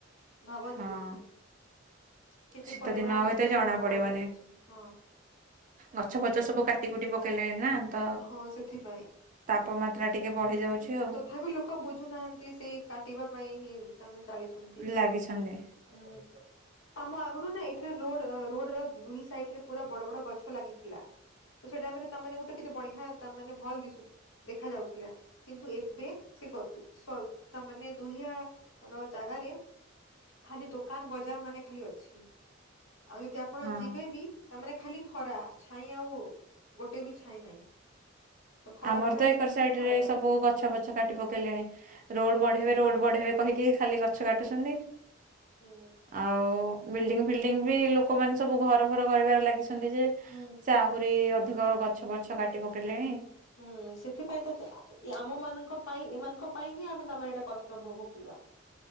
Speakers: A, on the left (about 80°); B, on the right (about 40°).
A: ଭାବନ୍ତୁ
B: ହଁ
A: କେତେ
B: ଶୀତ
A: ପରିମାଣରେ
B: ଦିନ ଆଉ
A: ତାମାନେ
B: ଏତେ ଜଣା
A: ଗରମ
B: ପଡିବନି
A: ବଢି ଯାଉଛି ହଁ।
B: ଗଛ ଫଛ ସବୁ କାଟି କୁଟି ପକେଇଲେଣି ନା? ତ
A: ହଁ ସେଥିପାଇଁ
B: ତାପମାତ୍ରା ଟିକେ ବଢି ଯାଉଛି ଆଉ
A: ତଥାପି ଲୋକ ବୁଝୁନାହାନ୍ତି ସେଇ କାଟିବା ପାଇଁ ହିଁ ସେମାନେ ଚାଲିଛନ୍ତି।
B: ଲାଗିଛନ୍ତି <unintelligible>
A: ହୁଁ ଆମ ଆଗରୁ ନା ଏଇଠିରେ ରୋଡ ରୋଡର ଦୁଇ ସାଇଡ ରେ ପୁରା ବଡ ବଡ ଗଛ ଲାଗିଥିଲା। ତ ସେଇଟାମାନେ ତାମାନେ ଗୋଟେ କେତେ ବଢିଆ ତା ମାନେ ଭଲ ଦିଶୁ ଦେଖାଯାଉଥିଲା। କିନ୍ତୁ ଏବେ ସେ ଗଛ ତାମାନ ଦୁନିଆ ର ଜାଗାରେ ଖାଲି ଦୋକାନ ବଜାର ମାନେ ଖାଲି ଅଛି ଆଉ ଯଦି ଆପଣ
B: ହଁ।
A: ଯିବେ ବି ତାମାନେ ଖାଲି ଖରା ଛାଇଁ ଆଉ ଗୋଟେ ବି ଛାଇଁ ନାଇଁ? ତ ଖରା
B: ଆମର
A: ଖରା
B: ତ
A: ରେ
B: ଏକର
A: ଯିବେ
B: ସାଇଡ
A: ଖରାରେ
B: ରେ
A: ଆସିବେ।
B: ସବୁ ଗଛ ପଛ କାଟି ପକେଇଲେଣି
A: ହଁ
B: ରୋଡ ବଢେଇବେ ରୋଡ ବଢେଇବେ କହିକେଇ ଖାଲି ଗଛ କାଟୁଛନ୍ତି
A: ହୁଁ
B: ଆଉ ବିଲ୍ଡିଂ ଫିଲ୍ଡିଙ୍ଗ ବି ଲୋକମାନେ ସବୁ ଘର ଫର କରିବାରେ ଲାଗିଛନ୍ତି ଯେ
A: ହୁଁ।
B: ସେ ଆହୁରି ଅଧିକ ଗଛ ଫଛ କାଟି ପକେଇଲେଣି
A: ହୁଁ ସେଥିପାଇଁ ତ ଆମମାନଙ୍କ ପାଇଁ ଏମାନଙ୍କ ପାଇଁ ହିଁ ଆମେ ତମେ ଏଇଟା କଷ୍ଟ ଭୋଗୁଥିବା।